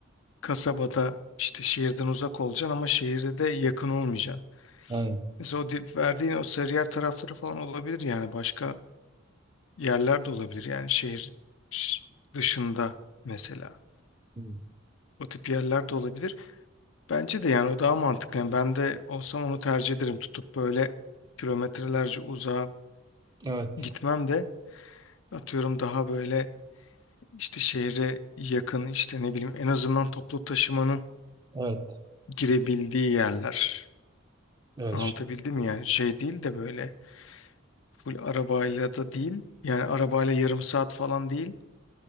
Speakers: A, on the left; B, on the right.
A: kasabada işte şehirden uzak olacaksın ama şehirde de yakın olmayacaksın.
B: Yani.
A: Mesela o di- verdiğin o Sarıyer tarafları falan olabilir yani başka yerler de olabilir yani şehir ş- dışında mesela.
B: Hı.
A: O tip yerler de olabilir. Bence de yani o daha mantıklı. Yani ben de olsam onu tercih ederim. Tutup böyle kilometrelerce uzağa
B: Evet.
A: gitmem de atıyorum daha böyle işte şehre yakın işte ne bileyim en azından toplu taşımanın
B: Evet.
A: girebildiği yerler.
B: Evet.
A: Anlatabildim
B: ş-
A: ya. Şey değil de böyle full arabayla da değil. Yani arabayla yarım saat falan değil.